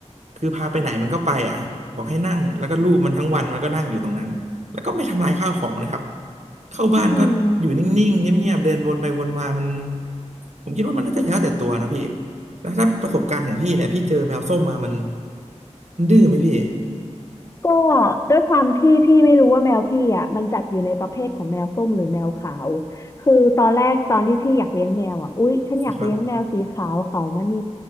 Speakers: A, on the right (about 70°); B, on the left (about 25°).
A: คือพาไปไหนมันก็ไปอ่ะบอกให้นั่งแล้วก็ลูบมันทั้งวันมันก็นั่งอยู่ตรงนั้นแล้วก็ไม่ทำลายข้าวของนะครับเข้าบ้านก็อยู่นิ่งๆเงียบๆเดินวนไปวนมามัน
B: อืม
A: ผมคิดว่ามันน่าจะแล้วแต่ตัวนะพี่แล้วถ้าประสบการณ์ของพี่เนี่ยพี่เจอแมวส้มมามันมันดื้อไหมพี่
B: ก็ด้วยความที่พี่ไม่รู้ว่าแมวพี่อ่ะมันจัดอยู่ในประเภทของแมวส้มหรือแมวขาวคือตอนแรกตอนที่พี่อยากเลี้ยงแมวอ่ะอุ๊ยฉันอยากเลี้ยงแมวสีขาวขาวมณี
A: ครับ